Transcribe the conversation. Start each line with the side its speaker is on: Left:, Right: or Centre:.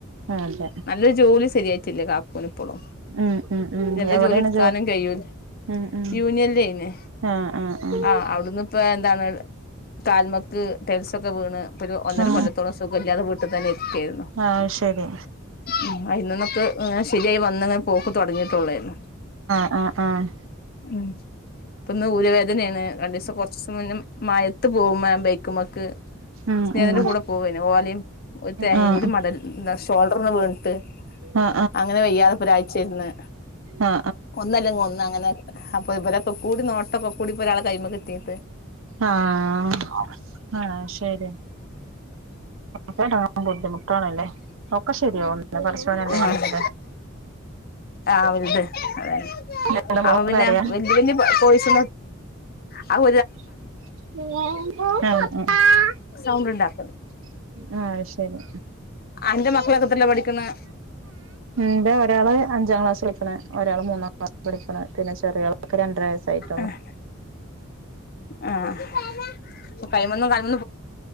Right: ആഹ് അതെ
Left: നല്ലൊരു ജോലി ശരിയായിട്ടില്ലേ കാക്കൂവിന് ഇപ്പോളും
Right: ഉം ഉം ഉം
Left: നല്ല
Right: എവിടെയാണ്
Left: ജോലി എടുക്കാനും കഴിയൂല്ല
Right: ഉം ഉം
Left: യൂനിയൻ ലൈന്
Right: ആ ആ ആ
Left: ആഹ് അവിടുന്ന് ഇപ്പൊ എന്താണ് താൽമക്ക് ടൈൽസൊക്കെ വീണ് ഇപ്പ ഒരു ഒന്നര
Right: ആ
Left: കൊല്ലത്തോളം സുഖം ഇല്ലാതെ വീണ് ഇപ്പ തന്നെ ഇരിക്കയായിരുന്നു
Right: ആഹ് ശേരി
Left: ഉം അയിന്നന്നൊക്ക് ഇങ്ങനെ ശരിയായി വന്ന് ഇങ്ങനെ പോക്ക് തുടങ്ങിട്ടുള്ളായിരുന്നു
Right: ആഹ് ആഹ് ആഹ്
Left: ഉം ഇപ്പൊന്ന് ഉരവേദനയാണ് രണ്ട് ദിവസം കൊറച്ച് മം മഴയത്ത് പോകുമ്പോ ഇ മക്ക്
Right: ഉം
Left: സ്നേഹത്തിന്റെ
Right: ഉം
Left: കൂടെ പോവാന് ഓലെയും തേങ്ങയും
Right: ആ ആ
Left: കൂടി മടൽ ഷോൾഡറിന്ന് വീണിട്ട്
Right: ആ
Left: അങ്ങനെ വെയ്യാതെ ഒരാഴ്ചയിരുന്ന്
Right: ആ
Left: ഒന്നല്ലെങ്കിൽ ഒന്ന് അങ്ങനെ അപ്പൊ പോലെ കൊക്ക കൂടി നോട്ടൊക്ക കൂടി ഈ ഒരാെ കൈമ കെത്തിയിട്ട്
Right: ആഹ് ആഹ് ശരി ട്ടൻ ബുദ്ധിമുട്ടാണല്ലേ ഒക്കെ ശെരിയാവും പടച്ചോനല്ലേ
Left: ആഹ്
Right: വെൽത്
Left: ആഹ് വലുത് അതെ
Right: എന്റെ മോള്
Left: അപ്പ പിന്നെ
Right: കരയാ
Left: വല വലിയ പോഴസ് ആഹ്
Right: <unintelligible>
Left: സൗണ്ട് ഉണ്ടാക്കുന്നു
Right: ആഹ് ശരി
Left: അന്റെ മക്കളൊക്കെ എത്രയിലാ പഠിക്കണെ
Right: ഇൻ്റ ഒരാള് അഞ്ചാം ക്ലാസ് എളക്കണ ഒരാ മൂന്നാം പഠിക്ക പിന്നെ ചെറിയളൊക്കെ രണ്ടര വയസായിട്ടള്ളു
Left: ആഹ് ആഹ് കൈമന്നും ക